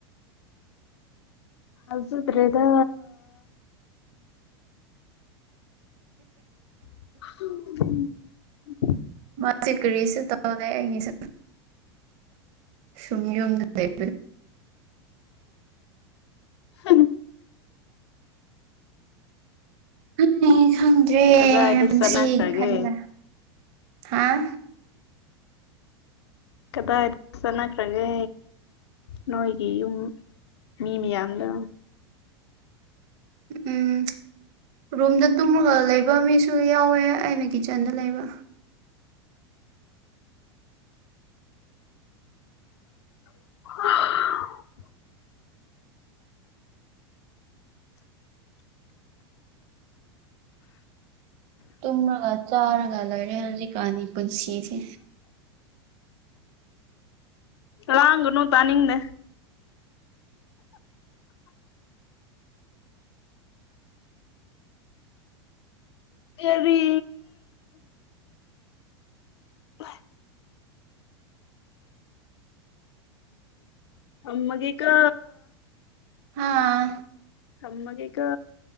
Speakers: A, on the left (about 70°); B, on the right (about 50°).
A: ꯍꯧꯖꯗ꯭ꯔꯦꯗ <inaudible>
B: ꯃꯥꯁꯦ ꯀꯔꯤꯁꯨ ꯇꯧꯗꯦ ꯑꯩꯒꯤꯁꯨ ꯁꯨꯝ ꯌꯨꯝꯗ ꯂꯩ
A: ꯍꯨꯝ
B: ꯈꯪꯗ꯭ꯔꯦ ꯈꯪꯗ꯭ꯔꯦ
A: ꯀꯗꯥꯏꯗ
B: ꯄꯨꯟꯁꯤꯒꯤ
A: ꯆꯠꯅꯈ꯭ꯔꯒꯦ
B: ꯈꯟꯒꯦ ꯍꯥꯥ
A: ꯀꯗꯥꯏꯗ ꯆꯠꯅꯈ꯭ꯔꯒꯦ ꯅꯣꯏꯒꯤ ꯌꯨꯝ ꯃꯤ ꯃꯌꯥꯝꯗꯣ
B: ꯎꯝ ꯔꯨꯝꯗ ꯇꯨꯝꯃꯒ ꯂꯩꯕ ꯃꯤꯁꯨ ꯌꯥꯎꯋꯦ ꯑꯩꯅ ꯀꯤꯆꯥꯟꯗ ꯂꯩꯕ
A: ꯍꯥ
B: ꯇꯨꯝꯃꯒ ꯆꯥꯔꯒ ꯂꯩꯔꯦ ꯍꯧꯖꯤꯛꯀꯥꯟꯒꯤ ꯄꯨꯟꯁꯤꯁꯦ
A: ꯂꯥꯡꯒꯅꯨ ꯇꯅꯤꯡꯗꯦ ꯀꯔꯤ <inaudible> ꯊꯝꯃꯒꯦꯀꯣ
B: ꯑꯥ
A: ꯊꯝꯃꯒꯦꯀꯣ